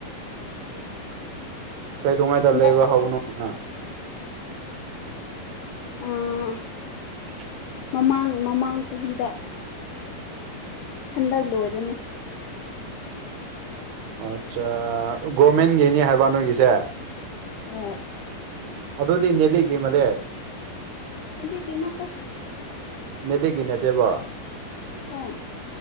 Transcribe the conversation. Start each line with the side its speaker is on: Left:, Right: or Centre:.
Right: ꯀꯩꯗꯧꯉꯩꯗ
Left: ꯍꯟꯗꯛ
Right: ꯂꯩꯕ ꯍꯧꯕꯅꯣ ꯍꯥꯏꯅ
Left: ꯑꯥ
Right: <inaudible>
Left: ꯃꯃꯥꯡ ꯃꯃꯥꯡ ꯆꯍꯤꯗ ꯍꯟꯗꯛ ꯂꯣꯏꯔꯅꯤ
Right: ꯑꯠꯆꯥ ꯒꯣꯔꯃꯦꯟꯒꯤꯅꯦ ꯍꯥꯏꯕ ꯅꯣꯏꯒꯤꯁꯦ
Left: ꯍꯣꯏ
Right: ꯑꯗꯨꯗꯤ ꯅꯦꯂꯤꯠꯒꯤ ꯃꯔꯦ
Left: ꯅꯗꯤꯠꯒꯤ ꯅꯠꯇꯦ
Right: ꯅꯦꯂꯤꯠꯒꯤ ꯅꯠꯇꯦꯕ
Left: ꯍꯣꯏ